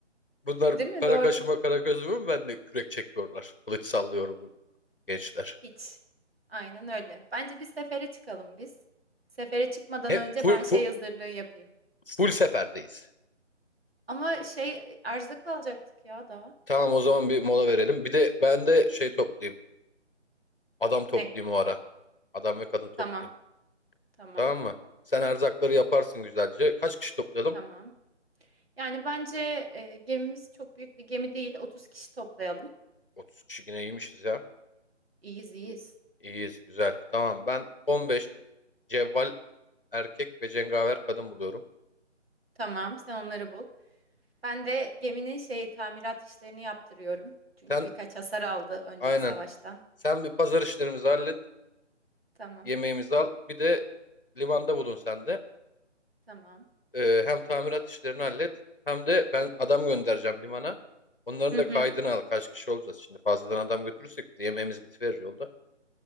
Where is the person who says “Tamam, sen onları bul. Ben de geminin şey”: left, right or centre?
Right